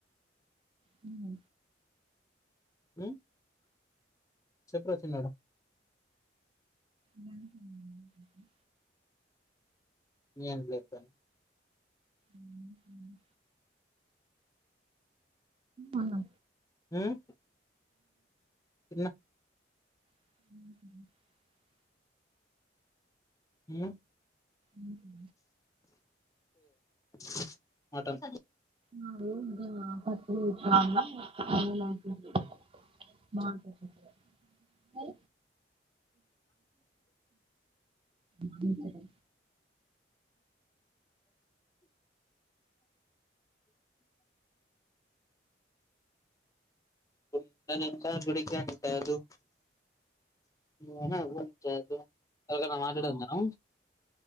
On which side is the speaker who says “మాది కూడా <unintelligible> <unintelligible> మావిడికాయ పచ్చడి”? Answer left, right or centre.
Right